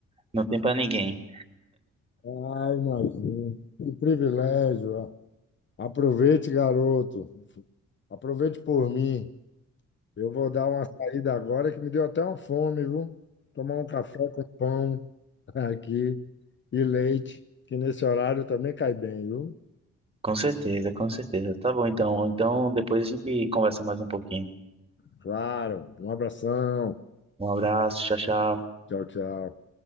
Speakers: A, on the right; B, on the left.
A: não tem pra ninguém.
B: Ah, imagino. Que privilégio. ah. Aproveite, garoto. Aproveite por mim. Eu vou dar uma saída agora que me deu até uma fome, viu? Tomar um café com pão <laughs> aqui e leite, que nesse horário também cai bem, viu?
A: Com certeza, com certeza. Tá bom, então. Então, depois a gente conversa mais um pouquinho.
B: Claro. Um abração.
A: Um abraço, tchau, tchau.
B: Tchau, tchau.